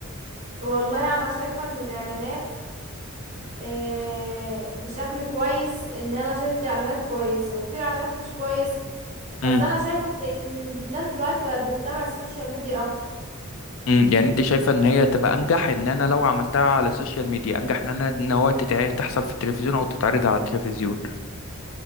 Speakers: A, on the right (about 30°); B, on the left (about 70°).
A: والله انا شايفة ان الاعلانات آه، بشكل كويس ان انا شايفت اعلانات كويسة وفي اعلانات مش كويس
B: امم
A: بس انا شايفة ان إن الناس دلوقتي بقت بتتبع السوشيال ميديا اكتر
B: امم يعني انت شايفه ان هي تبقى انجح ان انا لو عملتها على السوشيال ميديا انجح ان انا ان هو تتع- تحصل في التلفزيون او تتعرض على التلفزيون